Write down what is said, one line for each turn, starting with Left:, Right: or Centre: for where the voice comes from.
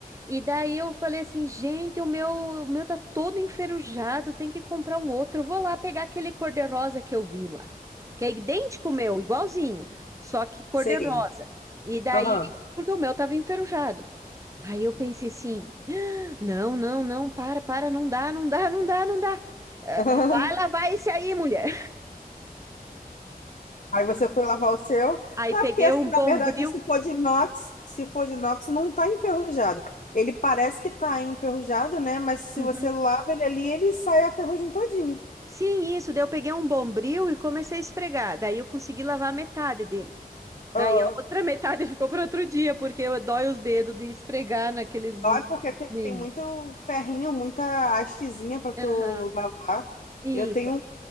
Right: E daí eu falei assim, gente, o meu, o meu tá todo enferrujado, tem que comprar um outro. Eu vou lá pegar aquele cor-de-rosa que eu vi lá, que é idêntico ao meu, igualzinho, só que cor-de-rosa.
Left: Sei.
Right: E daí,
Left: Aham.
Right: porque o meu tava enferrujado. Aí eu pensei assim, não, não, não, para, para, não dá, não dá, não dá, não dá. Eh,
Left: <laughs>
Right: eh, Vai lavar esse aí, mulher.
Left: Aí você foi lavar o seu.
Right: Aí
Left: Não,
Right: peguei
Left: é porque assim,
Right: um bombril.
Left: na verdade, se for de inox, se for de inox, não está enferrujado. Ele parece que está enferrujado, né? Mas se
Right: Uhum.
Left: você lava ele ali, ele sai a ferrugem todinha.
Right: Sim, isso. Daí eu peguei um bombril e comecei a esfregar. Daí eu consegui lavar metade dele. Daí
Left: Aham.
Right: a outra metade <laughs> ficou para outro dia, porque eu dói os dedos de esfregar naqueles
Left: Ó, é porque tem,
Right: mini.
Left: tem muito ferrinho, muita hastezinha para tu
Right: Aham,
Left: lavar.
Right: Isso.
Left: Eu tenho,